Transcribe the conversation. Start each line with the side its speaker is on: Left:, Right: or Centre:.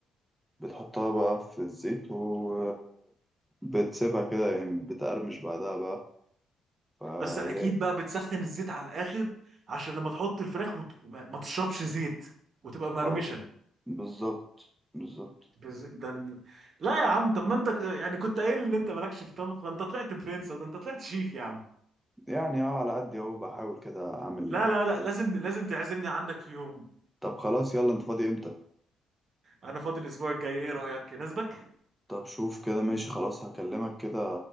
Centre: بتحطها بقى في الزيت و بتسيبها كده يعني بتقرمش بعدها بقى فهي
Right: بس اكيد بقى بتسخن الزيت على الاخر عشان لما تحط الفراخ وت... ما ما تشربش زيت وتبقى مقرمشه
Centre: اه بالظبط بالظبط
Right: بز... ده ن- لا يا عم طب ما انت ك- يعني كنت قايل ان انت مالكش في الطبخ ده انت طلعت برنس ده انت طلعت شيف يا عم
Centre: يعني اه على قد اهو بحاول كده اعمل
Right: لا لا
Centre: شوية.
Right: لا لازم لازم تعزمني عندك في يوم
Centre: طب خلاص يلا انت فاضي امتى
Right: انا فاضي الاسبوع الجاي ايه رايك يناسبك
Centre: طب شوف كده ماشي خلاص هكلمك كده